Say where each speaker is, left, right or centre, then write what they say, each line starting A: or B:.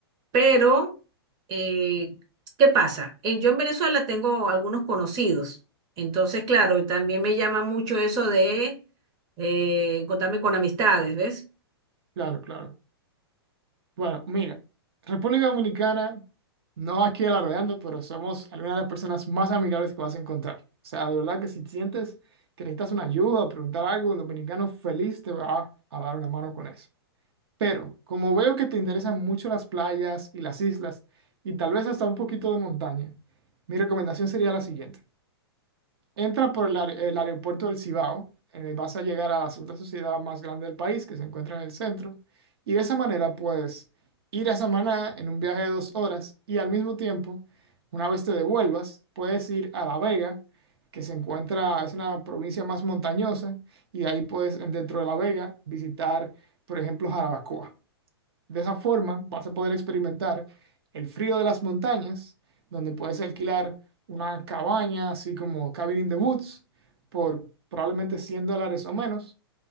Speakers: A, on the right; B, on the right.
A: pero, eh, ¿qué pasa? Eh, yo en Venezuela tengo algunos conocidos. Entonces, claro, también me llama mucho eso de eh, encontrarme con amistades, ¿ves?
B: Claro, claro. Bueno, mira, República Dominicana, no aquí alardeando, pero somos algunas de las personas más amigables que vas a encontrar. O sea, de verdad que si sientes que necesitas una ayuda, preguntar algo, un dominicano feliz te va a dar una mano con eso. Pero como veo que te interesan mucho las playas y las islas, y tal vez hasta un poquito de montaña, mi recomendación sería la siguiente. Entra por el, aer- el aeropuerto del Cibao, eh, vas a llegar a la segunda sociedad más grande del país, que se encuentra en el centro, y de esa manera puedes ir a Samaná en un viaje de dos horas y al mismo tiempo, una vez te devuelvas, puedes ir a La Vega, que se encuentra, es una provincia más montañosa, y de ahí puedes, en- dentro de La Vega, visitar, por ejemplo, Jarabacoa. De esa forma vas a poder experimentar el frío de las montañas, donde puedes alquilar una cabaña, así como Cabin in the Woods, por probablemente 100 dólares o menos.